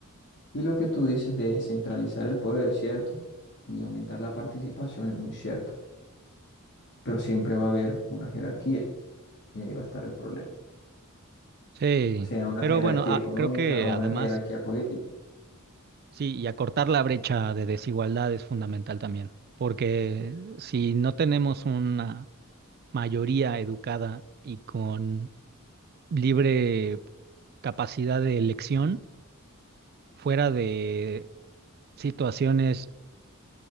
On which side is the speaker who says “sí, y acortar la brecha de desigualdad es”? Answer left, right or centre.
Right